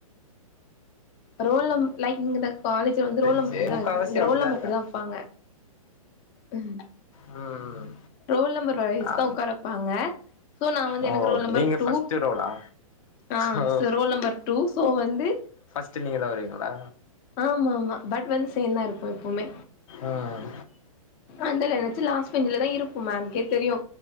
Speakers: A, on the left; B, on the left.
A: ரோல் நம்பர் லைக் நீங்க இந்த காலேஜ்ல வந்து
B: சேரி
A: ரோல் நம்பர்டிதா
B: சேரி முக்காவாசி
A: இருக்கு இங்க
B: அப்டிதா
A: ரோல் நம்பர்
B: இருக்காங்க
A: படிதா வப்பாங்க ம்
B: ம்
A: ரோல் நம்பர் வைஸ்
B: ஆ
A: தா உட்கார வப்பாங்க சோ நா வந்து
B: ஓ
A: எனக்கு ரோல் நம்பர்
B: நீங்க
A: டூ
B: ஃபர்ஸ்ட் ரோலா
A: ஆ
B: ஓ
A: ச ரோல் நம்பர் டூ சோ வந்து
B: ஃபஸ்ட்டு நீங்க தா வருவீங்ளா
A: ஆமாமா பட் வந்து சேர்ந்தா இருக் எப்பவுமே
B: ம்
A: அந்தல நனைச்சு லாஸ் பெஞ்சல தா இருப்போ மேம் கே தெரியு